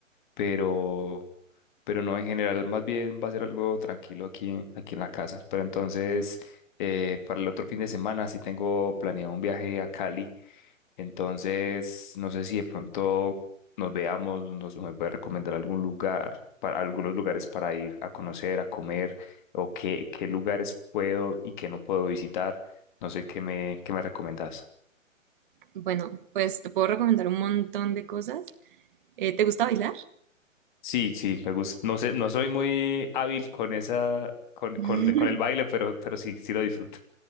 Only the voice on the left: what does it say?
pero, pero no en general, más bien va a ser algo tranquilo aquí, en- aquí en la casa. Pero entonces, eh, para el otro fin de semana sí tengo planeado un viaje a Cali, entonces no sé si de pronto nos veamos, nos, me puede recomendar algún lugar, para algunos lugares para ir a conocer, a comer, o qué, qué lugares puedo y qué no puedo visitar. No sé qué me, qué me recomendás.
Sí, sí, me gusta. No sé, no soy muy hábil con esa, con, con,
con el baile, pero, pero sí, sí lo disfruto.